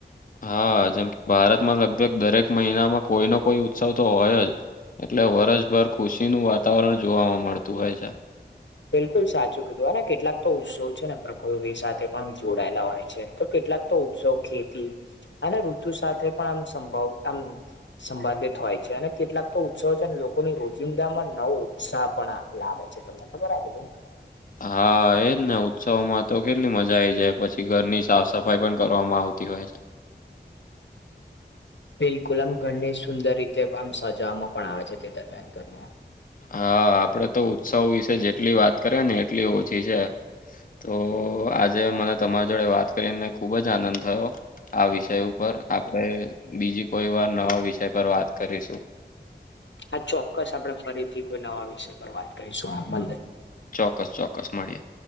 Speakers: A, on the left; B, on the left.
A: હા, જેમ કે ભારતમાં લગભગ દરેક મહિનામાં કોઈનો કોઈ ઉત્સવ તો હોયજ. એટલે વરસભર ખુશીનું વાતાવરણ જોવામાં મળતું હોય છે.
B: બિલકુલ સાચું કીધું હોને કેટલાક તો ઉત્સવ છે, ને પ્રકૃતિ સાથે પણ જોડાયેલા હોય છે, તો કેટલાક ઉત્સવ ખેતી અને ઋતુ સાથે પણ આમ સંભવ આમ, સંબંધિત હોય છે, અને કેટલાક તો ઉત્સવો છે, લોકોની રોજિંદામાં નવો ઉત્સાહ પણ. લાવે છે, તમને ખબર આ બધું.
A: હા એજને ઉત્સવમાંતો કેટલી મજા આઈ જાય પછી ઘરની સાફ સફાઈ પણ કરવામાં આવતી હોય છે.
B: બિલકુલ આમ ઘરની સુંદર રીતે આમ સજવામાં પણ આવે છે, તે દરમિયાન ઘરમાં
A: હા આપડે તો ઉત્સવ વિશે જેટલી વાત કરીએને એટલી ઓછી છે. તો આજે મને તમારા જોડે વાત કરીને ખૂબજ આનંદ થયો. આ વિષય ઉપર આપણેે બીજી કોઈવાર નવા વિષય પર વાત કરીશું. <unintelligible> <inaudible>
B: હા, ચોક્કસ આપણે ફરીથી કોઈ નવા વિષય પર વાત કરીશું આમ.
A: ચોક્કસ ચોક્કસ મળીએે.